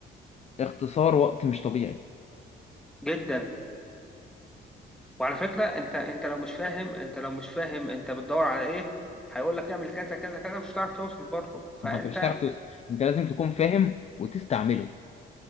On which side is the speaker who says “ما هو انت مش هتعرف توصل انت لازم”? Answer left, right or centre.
Left